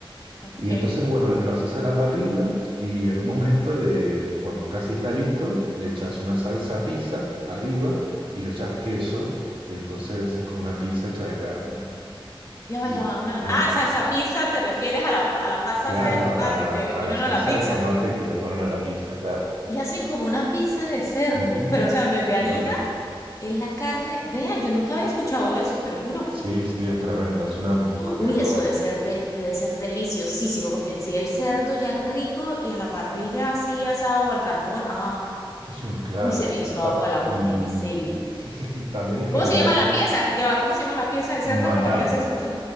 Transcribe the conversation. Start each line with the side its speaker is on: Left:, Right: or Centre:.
Left: ok.
Right: Y entonces, bueno, lo haces a la parrilla y en un momento, le, cuando casi está listo, le echas una salsa pizza arriba y le echas queso. Y entonces haces como una pizza hecha de carne.
Left: Ya
Right: Y
Left: va, ya
Right: es
Left: va. Una...
Right: genial.
Left: Ah, salsa pizza, te refieres a la, a la pasta
Right: Claro,
Left: esa de tomate
Right: a la,
Left: que
Right: a
Left: le ponen
Right: la salsa
Left: a la pizza.
Right: de tomate que le ponen a la pizza, claro.
Left: Y hacen como una pizza de cerdo,
Right: Ujú,
Left: pero o sea, en vez de harina,
Right: claro.
Left: es la carne. Vea, yo nunca había escuchado eso, te lo juro.
Right: Sí, sí, es tremendo. Es una de mis
Left: ¡Oh!
Right: comidas
Left: Uy,
Right: favoritas.
Left: eso debe ser, de- debe ser deliciosísimo, porque en sí el cerdo ya es rico y a la parrilla así asado al carbón. ah,
Right: <laughs> <clears throat> Claro.
Left: Uy, se me hizo
Right: Ta-
Left: agua la boca,
Right: y
Left: en serio.
Right: <laughs> también en general,
Left: ¿Cómo se llama la pieza? Ya va, ¿cómo se llama la pieza de cerdo
Right: matambre.
Left: con la que haces eso?